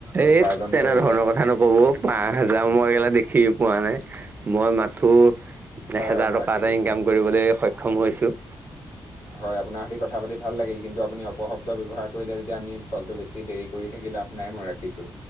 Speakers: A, on the right; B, on the left.
A: এই
B: উপাৰ্জন
A: তেনে
B: কৰিলে
A: ধৰণৰ কথা নক'ব, পা হাজাৰ মইগিলা দেখি পোৱা নাই মই মাথো-
B: হয়
A: এ হেজাৰ
B: হয় মই
A: টকা
B: ৰাখিছোঁ
A: এটা ইনকাম কৰিবলৈ সক্ষম হৈছো।
B: হয় আপোনাৰ সৈতে কথা পাতি ভাল লাগিল কিন্তু আপুনি অপশব্দ ব্যৱহাৰ কৰিলে তেতিয়া আমি কলটো বেছি দেৰি কৰি থাকি লাভ নাই মই ৰাখিছো।